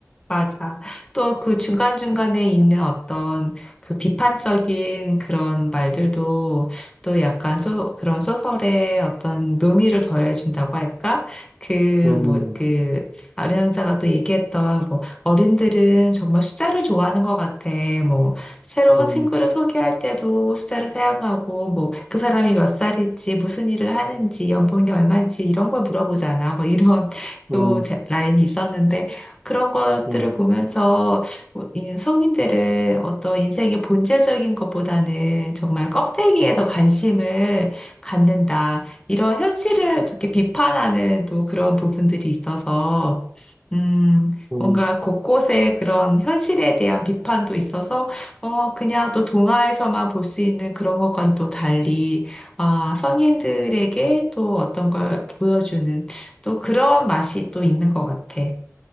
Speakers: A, on the left; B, on the right.
A: 맞아. 또 그 중간중간에 있는 어떤 그 비판적인 그런 말들도 또 약간 소, 그런 소설에 어떤 묘미를 더해준다고 할까? 그,
B: 음,
A: 뭐, 그, 아르랑자가 또 얘기했던 뭐, 어른들은 정말 숫자를 좋아하는 것 같아. 뭐, 새로운
B: 음,
A: 친구를 소개할 때도 숫자를 사용하고, 뭐, 그 사람이 몇 살인지, 무슨 일을 하는지, 연봉이 얼마인지 이런 걸 물어보잖아. 뭐, 이런 또
B: 음,
A: 데- 라인이 있었는데, 그런 것들을
B: 음,
A: 보면서 뭐이 성인들은 어떤 인생의 본질적인 것보다는 정말 껍데기에 더 관심을 갖는다. 이런 현실을 이렇게 비판하는 또 그런 부분들이 있어서, 음,
B: 음.
A: 뭔가 곳곳에 그런 현실에 대한 비판도 있어서, 어, 그냥 또 동화에서만 볼 수 있는 그런 것과는 또 달리, 아, 성인들에게 또 어떤 걸 보여주는 또 그런 맛이 또 있는 것 같아.